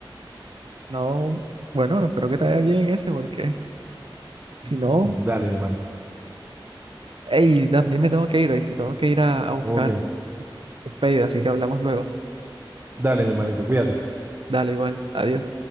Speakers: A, on the right; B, on the right.
A: No. Bueno, espero que te vaya bien ese, porque si
B: <laughs>
A: no.
B: Dale, mi hermano.
A: Ey, también me tengo que ir, ¿oíste? Tengo que ir a, a buscar.
B: Ok.
A: Un pedido, así que hablamos luego.
B: Dale, mi hermanito. Cuídate.
A: Dale, igual. Adiós.